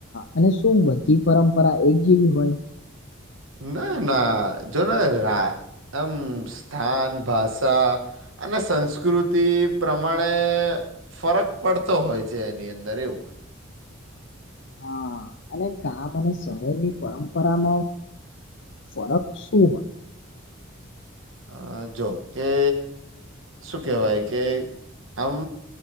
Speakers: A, on the left; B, on the right.
A: અને શું બધી પરંપરા એક જેવી હોય?
B: ના ના જોને એમ સ્થાન ભાષા, અને સંસ્કૃતિ પ્રમાણે ફરક પડતો હોય છે એની અંદર એવું.
A: હા અને ગામ અને શહેરની પરંપરામાં ફરક શું હોય?
B: અ જો કે શું કેહેવાય કે આમ